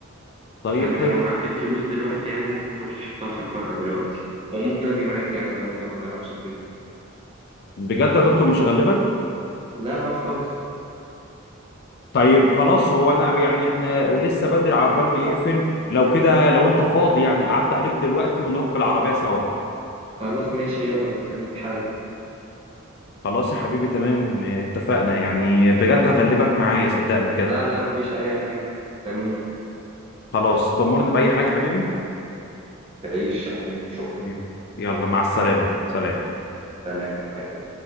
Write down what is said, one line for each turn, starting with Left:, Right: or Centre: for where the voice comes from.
Left: طيب
Right: فانت
Left: حلو
Right: لو معاك الفلوس دلوقتي يعني ممكن تروح تحطها في الفرع دلوقتي وممكن اجي معاك يعني لو انت ما تعرفش الدنيا
Left: بجد يا دكتور مش هغلبك؟
Right: لا لا خالص
Left: طيب خلاص هو أنا يعني إحنا لسه بدري عقبال ما يقفل لو كده لو أنت فاضي يعني أعدي عليك دلوقتي ونروح بالعربية سوا
Right: خلاص ماشي يلا مستنيك حل
Left: خلاص يا حبيبي تمام اتفقنا يعني بجد هغلبك معايا صدقني بجد
Right: لا لا مفيش اي حاجه مستنيك
Left: خلاص تأمرني بأي حاجة يا حبيبي؟
Right: تعيش يا حبيبي شكرا
Left: حبيبي يلا مع السلامة سلام
Right: سلام باي باي